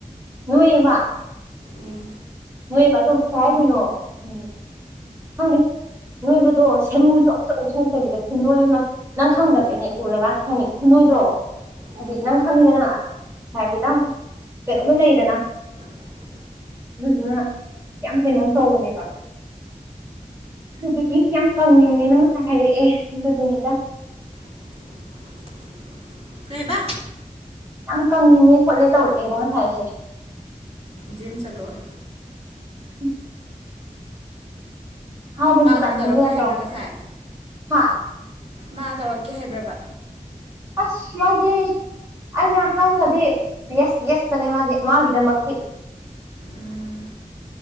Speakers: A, on the right; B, on the right.
A: ꯅꯣꯢꯌꯦꯕ
B: ꯎꯝ
A: ꯅꯣꯏꯌꯦꯕ ꯑꯗꯨꯝ ꯀꯩ ꯍꯥꯏꯗꯣꯏꯅꯣ ꯎꯝ ꯈꯪꯗꯦ ꯅꯣꯏꯕꯗꯣ ꯑ ꯁꯔꯨꯁꯨ ꯑꯝꯇ ꯑꯣꯟꯊꯣꯛꯂꯇꯕꯤꯗ ꯈꯨꯟꯅꯣꯏ ꯑꯃ ꯅꯪ ꯈꯪꯗꯕꯩꯅꯦ
B: ꯎꯝ
A: ꯎꯔꯀꯥꯟꯗ ꯈꯪꯅꯤ ꯈꯨꯅꯣꯏ ꯀꯩꯗꯣ ꯍꯥꯏꯗꯤ
B: ꯎꯝ
A: ꯅꯪ ꯈꯪꯉꯤꯗꯅ ꯍꯥꯏꯐꯦꯠꯇꯪ ꯀꯩꯅꯣꯝꯃ ꯂꯩꯗꯅ
B: <inaudible>
A: ꯑꯗꯨꯗꯨꯅ ꯌꯥꯝ ꯀꯩꯅꯣꯝ ꯇꯧꯕꯅꯦꯕ ꯑꯗꯨꯗꯤ ꯌꯥꯝ ꯀꯪꯅꯤꯡꯉꯦꯅ ꯉꯁꯥꯏ ꯍꯥꯏꯔꯛꯑꯦ ꯑꯗꯨꯗꯨꯅꯤꯗ
B: <inaudible> ꯀꯩꯑꯕ
A: ꯌꯥꯝ ꯀꯪꯅꯤꯡꯉꯦ ꯈꯣꯠꯂꯦ ꯇꯧꯔꯛꯑꯦꯕ ꯉꯁꯥꯏꯁꯦ
B: ꯖꯤꯝ ꯆꯠꯂꯦ
A: ꯎꯝ ꯍꯥꯎꯕꯁꯨ
B: ꯃꯥ ꯑꯃꯨꯛꯀ
A: ꯇꯥꯅꯤꯡꯗꯦ
B: ꯇꯧꯔꯛꯀꯦ
A: ꯍꯥꯢꯅ
B: ꯍꯥꯏꯕ꯭ꯔꯥ
A: ꯇꯧꯔꯛꯄ
B: ꯉꯁꯥꯏ
A: ꯍꯥ
B: ꯃꯥ ꯇꯧꯔꯛꯀꯦ ꯍꯥꯏꯕ꯭ꯔꯕ
A: ꯑꯁ ꯌꯥꯗꯦ ꯑꯩꯅ ꯍꯥꯏꯈ꯭ꯔꯗꯤ ꯌꯦꯁ ꯌꯦꯁ ꯇꯅꯦ ꯃꯥꯗꯤ ꯃꯥꯒꯤ ꯗꯃꯛꯇꯤ
B: ꯎꯝ